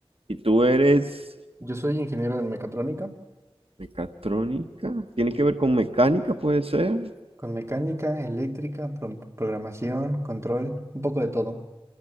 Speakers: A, on the right; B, on the right.
A: ¿Y tú eres
B: Yo soy ingeniero en mecatrónica.
A: mecatrónica? ¿Tiene que ver con mecánica, puede ser?
B: Con mecánica, eléctrica, pro- programación, control, un poco de todo.